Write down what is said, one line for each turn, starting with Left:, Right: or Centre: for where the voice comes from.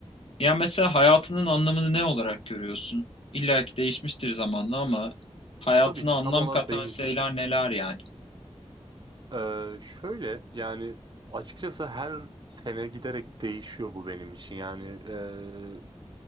Left: Ya mesela hayatının anlamını ne olarak görüyorsun? İlla ki değişmiştir zamanla ama hayatına
Right: Tabii ki
Left: anlam
Right: tam ona
Left: katan
Right: değinecek.
Left: şeyler neler yani?
Right: Ee, şöyle yani açıkçası her sene giderek değişiyor bu benim için. Yani e,